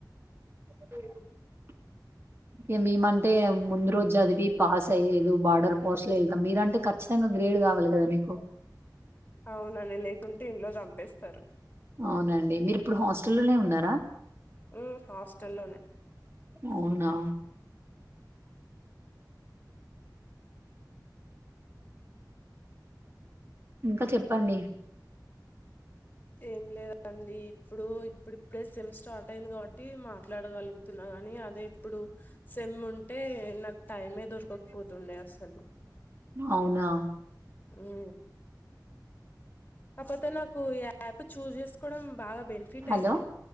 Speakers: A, on the right; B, on the left.
A: అ ఇగ మేమంటే ముందు రోజు చదివి పాస్ అయ్యలేదు బార్డర్ పాస్లో ఎ మీరంటే ఖచ్చితంగా గ్రేడ్ కావాలి కదా మీకు
B: అవునండి లేకుంటే ఇంట్లో చంపేస్తరు.
A: అవునండి మీర్ ఇప్పుడు హాస్టల్లోనే ఉన్నారా
B: ఉమ్, హాస్టల్లోనే
A: అవునా ఇంకా చెప్పండి.
B: ఏం లేదండి ఇప్పుడు ఇప్పుడిప్పుడే సెమ్ స్టార్ట్ అయింది కాబట్టి మాట్లాడగలుగుతున్నా గానీ అదే ఇప్పుడు సెమ్ ఉంటే నాకు టైమే దొరకక్పోతుండే అసలు
A: అవునా
B: ఊ కాకపోతే నాకు ఇగ యాప్ చూజ్ చేసుకోవడం బాగా బెనిఫిట్
A: హలో
B: అయింది